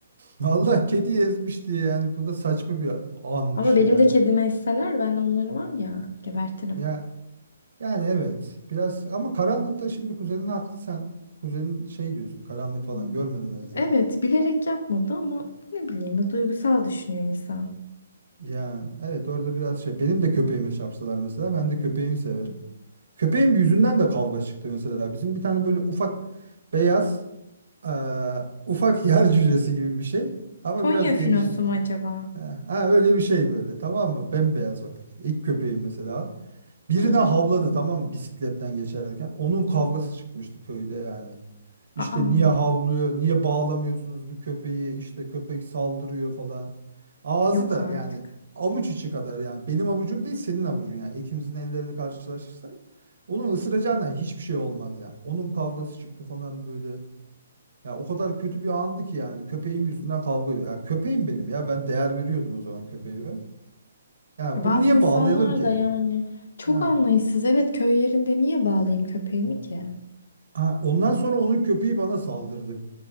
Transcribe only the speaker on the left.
Ama benim
de kedime esseler ben onları var ya gebertirim.
Hmm.
Evet bilerek yapmadı ama ne bileyim duygusal düşünüyor insan.
Tonya
finosu
mu acaba?
Hı.
Aa,
yok
artık.
Ya Bazı
insanlar
da yani çok
anlayışsız. Evet köy yerinde niye bağlayayım köpeğimi ki?